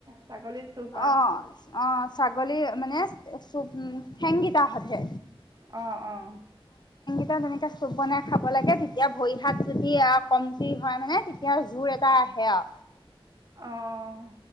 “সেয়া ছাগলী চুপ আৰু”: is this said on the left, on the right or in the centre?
Right